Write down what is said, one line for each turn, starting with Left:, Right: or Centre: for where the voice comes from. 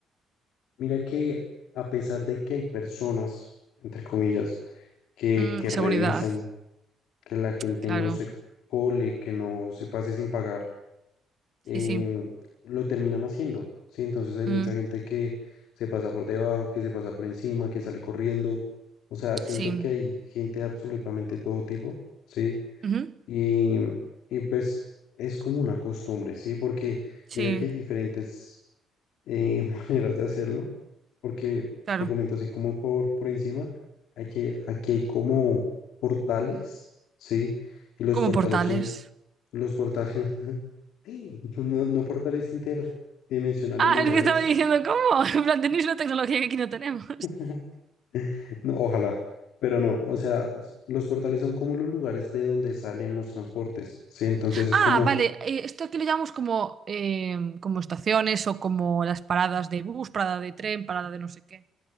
Left: mira que a pesar de que hay personas, entre comillas, que,
Right: Mm,
Left: que revisan
Right: seguridad.
Left: que la gente
Right: Claro.
Left: no se cole, que no se pase sin pagar,
Right: Sí,
Left: em,
Right: sí.
Left: lo terminan haciendo, ¿sí? Entonces hay mucha
Right: Mm,
Left: gente que se pasa por debajo, que se pasa por encima, que sale corriendo. O sea, siento
Right: sí.
Left: que hay gente de absolutamente todo tipo, ¿sí?
Right: Ujú.
Left: Y, y pues es como una costumbre, ¿sí? Porque
Right: Sí,
Left: mira que hay diferentes eh, <laughs> maneras de hacerlo, porque
Right: claro.
Left: te comento así como por, por encima, hay que, aquí hay como portales, ¿sí? Y los
Right: Como
Left: portales
Right: portales.
Left: son, los portales, <laughs> no, no portales interdimensionales
Right: Ah,
Left: ni nada
Right: es que
Left: de
Right: estaba
Left: eso,
Right: diciendo, ¿cómo? <laughs> En plan, tenéis una tecnología que aquí no tenemos.
Left: <laughs> no, ojalá, pero no, o sea, s- los portales son como los lugares de donde salen los transportes, ¿sí? Entonces es
Right: Ah,
Left: como,
Right: vale, eh, esto aquí lo llamamos como, eh, como estaciones o como las paradas de bus, parada de tren, parada de no sé qué.